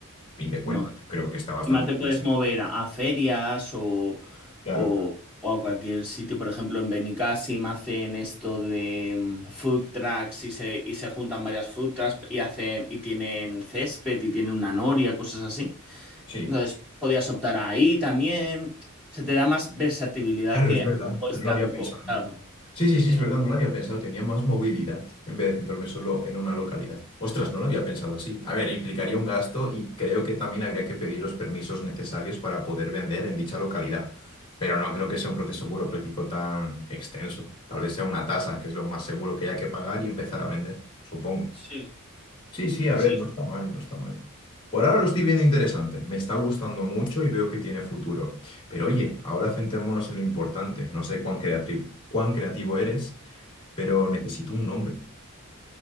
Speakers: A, on the left (about 25°); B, in the centre.
A: Fin de
B: No.
A: cuentas, yo creo que está bastante
B: Encima te
A: interesante.
B: puedes mover a ferias o,
A: Claro,
B: o, o a cualquier sitio. Por ejemplo, en Benicàssim hacen esto de mm, food trucks y se, y se juntan varias food trucks y hacen, y tienen césped y tienen una noria, cosas así.
A: sí.
B: Entonces, podías optar ahí también. Se te da más versatilidad
A: Claro,
B: que
A: es verdad,
B: algo estanco.
A: no lo había pensado.
B: Claro.
A: Sí, sí,
B: Sí,
A: sí, es verdad, no lo había pensado, tenía más movilidad en vez de centrarme solo en una localidad. Ostras, no lo había pensado así. A ver, implicaría un gasto y creo que también habría que pedir los permisos necesarios para poder vender en dicha localidad, pero no creo que sea un proceso burocrático tan extenso. Tal vez sea una tasa, que es lo más seguro que haya que pagar y empezar a vender, supongo.
B: sí,
A: Sí, sí, a
B: sí.
A: ver, no está mal, no está mal. Por ahora lo estoy viendo interesante, me está gustando mucho y veo que tiene futuro. Pero oye, ahora centrémonos en lo importante, no sé cuán creativo, cuán creativo eres pero necesito un nombre.